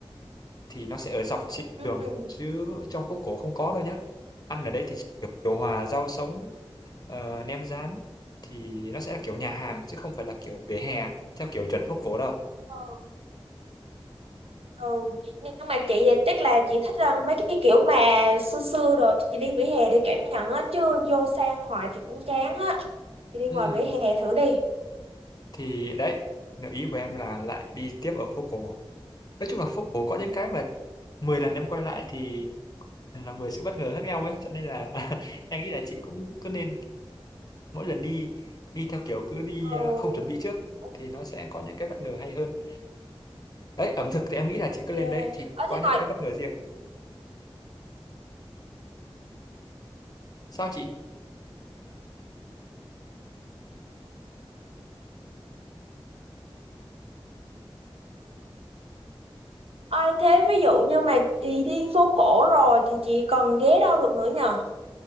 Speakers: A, on the left (about 40°); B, on the right (about 80°).
A: thì nó sẽ ở dọc trên đường
B: ừ.
A: chứ trong phố cổ không có đâu nhá ăn ở đấy thì kiểu điều hòa rau sống ờ, nem rán thì nó sẽ là kiểu nhà hàng chứ không phải là kiểu vỉa hè theo kiểu chuẩn phố cổ đâu
B: Ừ. ừ. nhưng mà chị thì chắc là chị thích ờ, mấy cái kiểu mà xưa xưa rồi chị đi vỉa hè để cảm nhận á chứ vô xe ăn hoài thì cũng chán á chị đi ngoài
A: ừ,
B: vỉa hè thử đi
A: thì đấy nếu ý của em là lại đi tiếp ở phố cổ nói chung là phố cổ có những cái mà 10 lần em quay lại thì là 10 sự bất ngờ khác nhau ấy cho nên là <laughs> em nghĩ là chị cũng cứ nên mỗi lần đi đi theo kiểu cứ đi
B: ừ
A: à, không chuẩn bị trước
B: ok
A: thì nó sẽ có những cái bất ngờ hay hơn đấy ẩm thực thì em nghĩ là
B: ok
A: chị cứ lên đấy thì
B: ở
A: có
B: thế
A: những
B: ngoài
A: cái bất ngờ riêng sao chị
B: Ai thế ví dụ như mà chị đi phố cổ rồi thì chị còn ghé đâu được nữa nhờ?